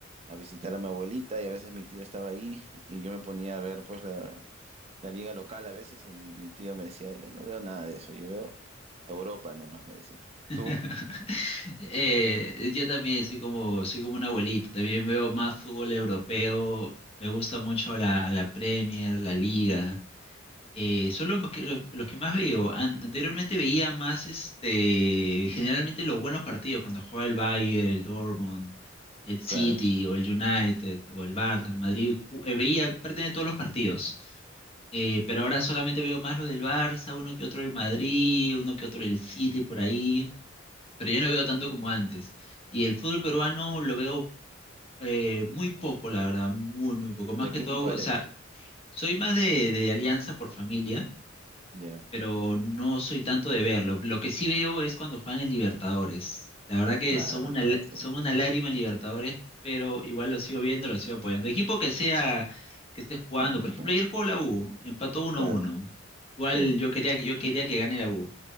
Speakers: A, on the right; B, on the left.
A: a visitar a mi abuelita y a veces mi tío estaba ahí y yo me ponía a ver pues la, la liga local a veces y mi, mi tío me decía, yo no veo nada de eso, yo veo Europa nomás, me decía.
B: <laughs>
A: ¿Tú?
B: Eh, yo también soy como, soy como un abuelito. También veo más fútbol europeo. Me gusta mucho la, la Premier, la Liga. Eh, son los que, los, los que más veo. An- anteriormente veía más, este, generalmente los buenos partidos cuando jugaba el Bayern, el Dortmund, el City
A: Claro.
B: o el United o el Barça, el Madrid. ju- eh, veía parte de todos los partidos. Eh, pero ahora solamente veo más lo del Barça, uno que otro el Madrid, uno que otro el City por ahí, pero yo no veo tanto como antes. Y el fútbol peruano lo veo eh, muy poco, la verdad, muy, muy poco. Más
A: ¿De
B: que
A: qué
B: todo,
A: equipo
B: o
A: eres?
B: sea, soy más de, de Alianza por familia,
A: Ya,
B: pero no soy tanto de verlo. Lo que sí veo es cuando juegan en Libertadores. La verdad que
A: claro,
B: son una, lá-
A: sí.
B: son una lágrima en Libertadores, pero igual lo sigo viendo, lo sigo apoyando. Equipo que sea, que esté jugando.
A: Mm,
B: Por ejemplo,
A: no,
B: ayer jugó la U, empató 1-1.
A: Claro,
B: Igual
A: sí.
B: yo quería, que- yo quería que gane la U,